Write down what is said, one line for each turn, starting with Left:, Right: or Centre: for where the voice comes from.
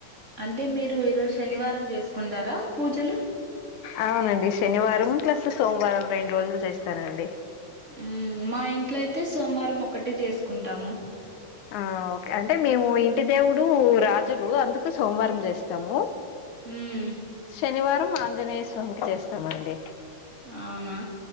Right: అంటే మీరు ఈరోజు శనివారం చేసుకుంటరా పూజలు?
Left: అవునండి శనివారం ప్లస్ సోమవారం రెండు రోజులు చేస్తానండి
Right: మ్మ్మ్మ్ మా ఇంట్లో అయితే సోమవారం ఒక్కటే చేసుకుంటాము.
Left: ఆ ఓకే అంటే మేము ఇంటి దేవుడు రాజులు అందుకు సోమవారం చేస్తాము
Right: మ్మ్
Left: శనివారం ఆంజనేయ స్వామికి చేస్తామండి
Right: అవునా